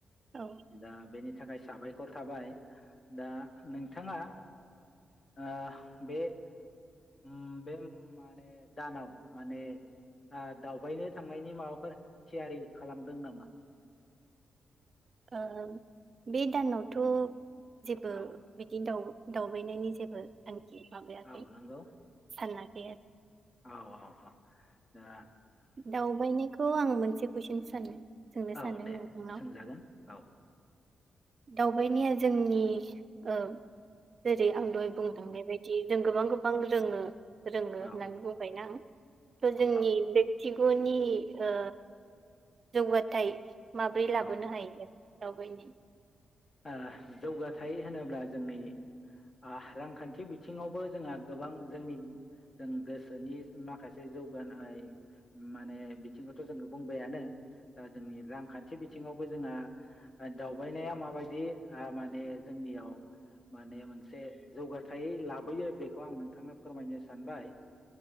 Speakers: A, on the right (about 50°); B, on the left (about 40°).
A: औ
B: दा बेनि थाखाय साबायखर थाबाय दा नोंथाङा आ बे उम बे माने दानाव माने आ दावबायनो थांनायनि माबाफोर थियारि खालामदों नामा?
A: ओ बे दानावथ' जेबो
B: औ
A: बिदिनो दाव दाव बैनायनि जेबो थांखि माबायाखै
B: औ नंगौ
A: सानना <inaudible>
B: औ औ औ दा
A: दावबाय खौ आं मोनसे कुइसन सानो सोंनो
B: औ
A: सानदों
B: दे
A: नोंथांनाव
B: सोंजागोन औ
A: दावबायनाया जोंनि ओ जेरै आं दहाय बुंलांनायबायदि जि जों गोबां गोबां रोङो। रोङो होननानै
B: औ
A: बुंबायना आं थ' जोंनि
B: औ
A: बे थिगु'नि ओ जौगाथाय माब्रै लाबोनो
B: औ ओ
A: हायो। दावबायनि
B: ओ जौगाथाय होनोब्ला जोंनि आ रांखान्थि बिथिङावबो जोंहा गोबां जोंनि जों गोसोनि माखासे जौगानाय माने बिथिंखौथ' जों बुंबायानो दा जोंनि रांखान्थि बिथिङावबो जोंहा ओ दावबायनाया माबाय- दि ओ माने जोंनियाव माने मोनसे जौगाथाय लाबोयो बेखौ आं नोंथांनो फोरमायनो सानबाय